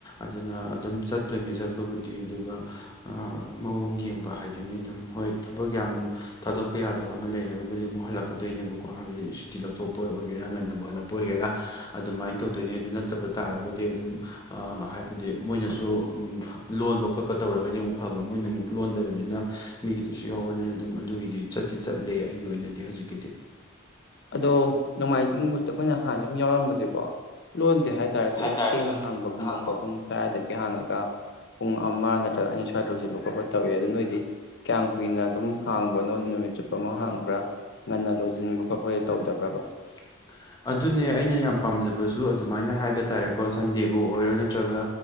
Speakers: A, on the left (about 20°); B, on the left (about 55°).
A: ꯑꯗꯨꯅ ꯑꯗꯨꯝ ꯆꯠꯇꯣꯏꯅꯦ ꯆꯠꯄꯕꯨꯗꯤ ꯑꯗꯨꯒ ꯃꯑꯣꯡ ꯌꯦꯡꯕ ꯍꯥꯏꯗꯨꯅꯤ ꯑꯗꯨꯝ ꯍꯣꯏ ꯊꯕꯛ ꯌꯥꯝ ꯊꯥꯗꯣꯛꯄ ꯌꯥꯗꯕ ꯑꯃ ꯂꯩꯔꯒ ꯍꯥꯏꯕꯗꯤ ꯑꯃꯨꯛ ꯍꯜꯂꯛꯀꯗꯣꯏꯅꯦꯕꯀꯣ ꯍꯥꯏꯕꯗꯤ ꯇꯤ ꯂꯧꯊꯣꯛꯄ ꯑꯣꯏꯒꯦꯔꯥ ꯉꯟꯅ ꯍꯜꯂꯛꯄ ꯑꯣꯏꯒꯦꯔꯥ ꯑꯗꯨꯃꯥꯏꯅ ꯇꯧꯗꯣꯏꯅꯤ ꯑꯗꯨ ꯅꯠꯇꯕ ꯇꯥꯔꯒꯗꯤ ꯑꯗꯨꯝ ꯍꯥꯏꯕꯗꯤ ꯃꯣꯏꯅꯁꯨ ꯂꯣꯟꯕ ꯈꯣꯠꯄ ꯇꯧꯔꯒꯗꯤ ꯑꯃꯨꯛ ꯐꯕ ꯃꯣꯏꯅ ꯑꯃꯨꯛ ꯂꯣꯟꯗꯕꯅꯤꯅ ꯃꯤꯒꯤꯗꯨꯁꯨ ꯌꯥꯎꯕꯅꯤꯅ ꯑꯗꯨꯝ ꯑꯗꯨꯒꯤꯗꯤ ꯆꯠꯇꯤ ꯆꯠꯂꯦ ꯑꯩꯒꯤ ꯑꯣꯏꯅꯗꯤ ꯍꯧꯖꯤꯛꯀꯤꯗꯤ
B: ꯑꯗꯣ ꯅꯣꯡꯃꯥꯏꯖꯤꯡꯗ ꯑꯩꯈꯣꯏꯅ ꯍꯥꯟꯅ ꯁꯨꯝ ꯌꯥꯎꯔꯝꯕꯁꯦꯀꯣ ꯂꯣꯟꯗꯦ ꯍꯥꯏꯦ ꯇꯥꯔꯁꯨ
A: ꯍꯥꯏꯇꯥꯔꯁꯨ
B: ꯑꯗꯨꯝ ꯊꯦꯡꯅ ꯍꯥꯡꯕꯒꯨꯝꯕꯀꯣ
A: ꯍꯥꯡꯕ
B: ꯄꯨꯡ ꯇꯔꯥꯗꯒꯤ ꯍꯥꯡꯉꯒ ꯄꯨꯡ ꯑꯃ ꯅꯠꯇ꯭ꯔꯒ ꯑꯅꯤ ꯁ꯭ꯋꯥꯏꯗ ꯍꯧꯖꯤꯟꯕ ꯈꯣꯠꯄ ꯇꯧꯋꯏꯦ ꯑꯗꯨ ꯅꯣꯏꯗꯤ ꯀꯌꯥꯝ ꯀꯨꯏꯅ ꯑꯗꯨꯝ ꯍꯥꯡꯕꯅꯣ ꯅꯨꯃꯤꯠ ꯆꯨꯞꯄ ꯑꯃ ꯍꯥꯡꯕ꯭ꯔꯥ ꯉꯟꯅ ꯂꯣꯏꯁꯤꯟꯕ ꯈꯣꯠꯄꯒꯩ ꯇꯧꯗꯕ꯭ꯔꯕ
A: <unintelligible> ꯑꯗꯨꯅꯦ ꯑꯩꯅ ꯌꯥꯝ ꯄꯥꯝꯖꯕꯁꯨ ꯑꯗꯨꯃꯥꯏꯅ ꯍꯥꯏꯕ ꯇꯥꯔꯦꯀꯣ ꯁꯟꯗꯦꯕꯨ ꯑꯣꯏꯔꯣ ꯅꯠꯇ꯭ꯔꯒ